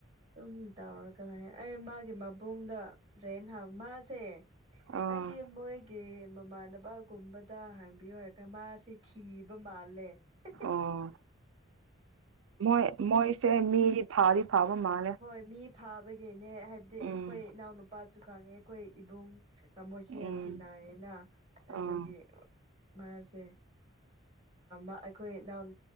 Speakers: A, on the right (about 30°); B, on the right (about 75°).
A: ꯑꯗꯨꯨꯝ ꯇꯧꯔ ꯀ ꯑꯩ ꯃꯥꯒꯤ ꯃꯕꯨꯡꯗ ꯗ꯭ꯔꯦꯟ ꯍ ꯃꯥꯁꯦ
B: ꯑꯥ
A: ꯍꯥꯏꯗꯤ ꯃꯣꯏꯒꯤ ꯃꯃꯥꯟꯅꯕꯒꯨꯝꯕꯗ ꯍꯥꯡꯕꯤꯌꯨ ꯍꯥꯏꯔꯒꯥꯟ ꯃꯥꯁꯦ ꯊꯤꯕ ꯃꯥꯜꯂꯦ <unintelligible>
B: ꯑꯣ ꯃꯣꯏ ꯃꯣꯏꯁꯦ ꯃꯤꯗꯤ ꯐꯥꯗꯤ ꯐꯥꯕ ꯃꯥꯜꯂꯦ
A: ꯍꯣꯏ ꯃꯤ ꯐꯥꯕꯒꯤꯅꯦ ꯍꯥꯏꯕꯗꯤ ꯑꯈꯣꯏ
B: ꯎꯝ
A: ꯏꯅꯥꯎꯅꯨꯄꯥꯁꯨ ꯈꯪꯉꯦ ꯑꯩꯈꯣꯏ ꯏꯕꯨꯡ ꯀꯃꯣꯏꯁꯨ ꯌꯥꯝ
B: ꯎꯝ
A: ꯇꯤꯟꯅꯏꯌꯦꯦꯅ ꯑꯗꯨꯒꯤ
B: ꯑꯥ
A: ꯃꯥꯁꯦ ꯑꯩꯈꯣꯏꯎ ꯅꯪ